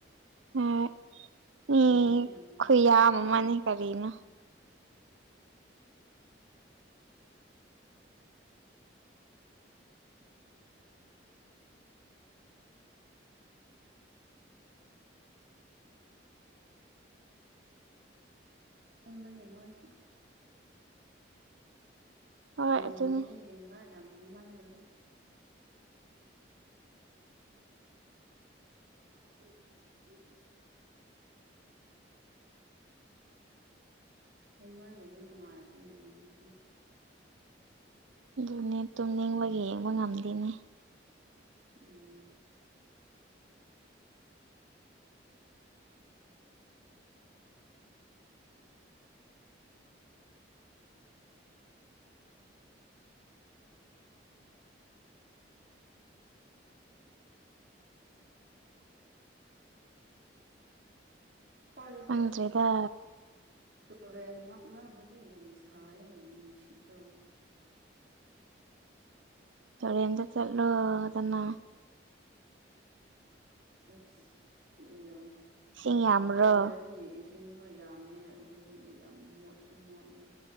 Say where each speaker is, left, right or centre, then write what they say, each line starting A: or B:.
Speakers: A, on the right (about 90°); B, on the right (about 50°).
A: ꯍꫭꯏ ꯃꯤ
B: ꯐꯣꯟꯗꯤ ꯌꯥꯝ ꯄꯤꯛꯄꯅꯤꯅ
A: ꯈꯨꯨꯌꯥꯝ ꯑꯃꯅꯤ ꯀꯔꯤꯅꫭ
B: ꯍꯤꯡꯕꯒꯤ ꯃꯣꯏꯁꯨ
A: ꯍꯣꯏ
B: ꯉꯝꯗꯦꯅ
A: ꯑꯗꯨꯅꯤ
B: ꯌꯦꯡꯕ ꯌꯥꯝ ꯊꯦꯡꯃꯜꯂꯗꯤ ꯎ <inaudible> ꯊꯦꯡꯃꯜꯂꯗꯤ ꯅꯨꯡꯉꯥꯏꯇꯦ ꯌꯦꯡꯕꯁꯨ
A: ꯑꯗꯨꯅꯦ ꯇꯨꯝ ꯅꯤꯡꯕꯒꯤ ꯌꯦꯡꯕ ꯉꯝꯗꯦꯅꯦ
B: ꯎꯝ <inaudible> ꯑꯩꯈꫭꯏꯗꯗꯤ
A: ꯈꯪꯗ꯭ꯔꯦꯗ
B: ꯑꯁ ꯇꯨꯔꯦꯟ ꯅꯛꯅꯕꯒꯤ ꯌꯥꯝ ꯁꯥꯏꯌꯦ ꯅꯨꯡꯁꯤꯠ ꯇꫭ
A: ꯇꯨꯔꯦꯟꯗ ꯆꯠꯂꯣꯗꯅ
B: ꯑꯁ
A: ꯏꯁꯤꯡ ꯌꯥꯝꯕ꯭ꯔꯣ
B: ꯇꯨꯔꯦꯟꯒꯤ ꯏꯁꯤꯡꯗꫭ ꯌꯥꯝꯃꯦ ꯑꯗꯨꯁꯨ ꯌꯥꯝ ꯃꯣꯠꯁꯨ ꯃꯣꯠꯂꯤ